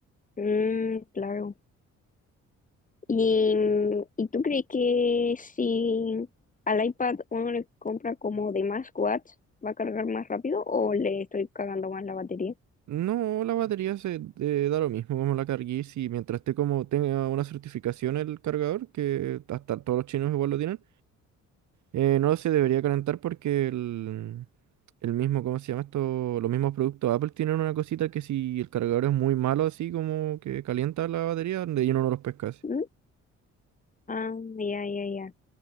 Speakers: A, on the left; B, on the right.
A: Mm, claro. ¿Y, y tú crees que si al iPad uno le compra como de más watts, va a cargar más rápido o le estoy cagando más la batería?
B: No, la batería se eh, da lo mismo como la carguís y mientras esté como tenga una certificación el cargador, que hasta todos los chinos igual lo tienen, eh, no se debería calentar porque el, el mismo, ¿cómo se llama esto? Los mismos productos Apple tienen una cosita que si el cargador es muy malo así como que calienta la batería, de lleno no los pescas.
A: ¿Mm? Ah, ya, ya, ya.